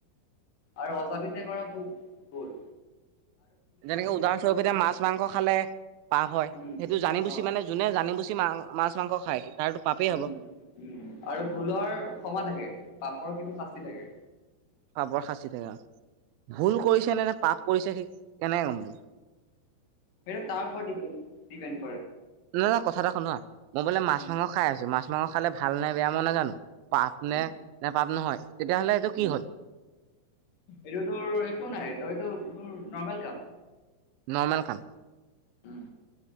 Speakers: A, on the left; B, on the right.
A: আৰু অজানিতে কৰা ভু-ভুল।
B: যেনেকে উজান চৰবতে মাছ-মাংস খালে পাপ হয়।
A: উম
B: সেইটো জানি বুজি
A: অ
B: মানে যোনে জানি বুজি মা-মাছ মাংস খায়। তাৰতো পাপেই হ'ব।
A: উম' আৰু ভুলৰ ক্ষমা থাকে। পাপৰ কিন্তু শাস্তি থাকে।
B: পাপৰ শাস্তি থাকে অহ। ভুল কৰিছে নে, নে পাপ কৰিছে সি কেনেকে গম।
A: সেইটো তাৰ ওপৰত দিপেন, দিপেন।
B: ন না কথা এটা শুনোৱা, মই বোলে মাছ-মাংস
A: উম,
B: খাই আছো। মাছ-মাংস খালে ভাল নাই বেয়া মই নাজানো। পাপ
A: উম,
B: নে, নে পাপ নহয় তেতিয়াহ'লে এইটো কি
A: উম,
B: হ'ল।
A: এইটো তোৰ একো নাই তইতোৰ নৰ্মেল কাম।
B: নৰৰ্মেল কাম।
A: হ।